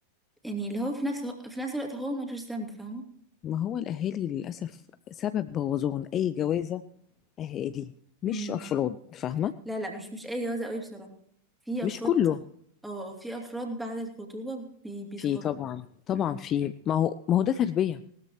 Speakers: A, in the centre; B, on the left.
A: يعني اللي هو في نفس في نفس الوقت هو ملوش ذنب فاهمه
B: ما هو الاهالي للاسف سبب بوظان اي جوازه اهالي مش
A: امم
B: افراد فاهمه
A: لا لا مش مش اي جوازه قوي بصراحه في
B: مش
A: افراد
B: كله
A: اه في افراد بعد الخطوبه بي بيسهروا
B: في طبعا طبعا
A: امم
B: في ما هو ما هو ده تربيه